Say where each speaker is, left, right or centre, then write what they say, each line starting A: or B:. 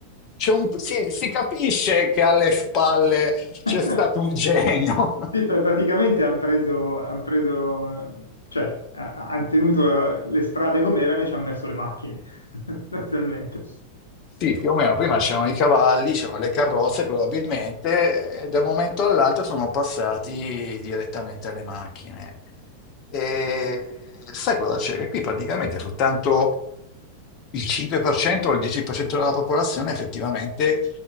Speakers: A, on the left (about 40°); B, on the left (about 75°).
A: c'è un- si, si capisce che alle spalle c'è
B: <laughs>
A: stato un genio. <laughs>
B: Sì, pr- praticamente hanno preso, han preso, cioè, hanno tenuto la- le strade come erano e ci hanno messo le macchine, <laughs> sostanzialmente.
A: Sì, più o meno, prima c'erano i cavalli, c'erano le carrozze probabilmente, e da un momento all'altro sono passati direttamente alle macchine. E sai cosa c'è? Che qui praticamente soltanto il 5% o il 10% della popolazione effettivamente